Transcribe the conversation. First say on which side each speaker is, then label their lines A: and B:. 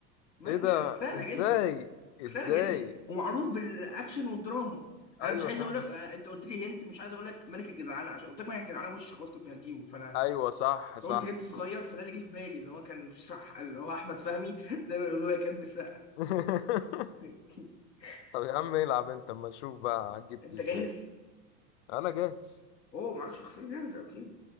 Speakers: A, on the left; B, on the left.
A: مانجا
B: ايه ده
A: سهله
B: ازاي
A: جدا
B: ازاي
A: قصيره جدا ومعروف بالاكشن والدراما انا
B: ايوه
A: مش عايز
B: صح
A: اقول
B: بس
A: لك آه، انت قلت لي هنت مش عايز اقول لك ملك الجدعانه عشان قلت لك ملك الجدعانه وش خلاص كنت هجيبه فانا
B: ايوه صح صح
A: لو قلت هنت صغير فده اللي جه في بالي ان هو كان صح اللي هو احمد فهمي <laughs> دايما يقولوا له يا كلب السقا
B: <laughs>
A: <laughs>
B: طب يا عم
A: آه،
B: العب انت اما نشوف بقى هتجيب
A: انت
B: ازاي
A: جاهز؟
B: انا جاهز
A: اوه معاك شخصيه جاهزه اوكي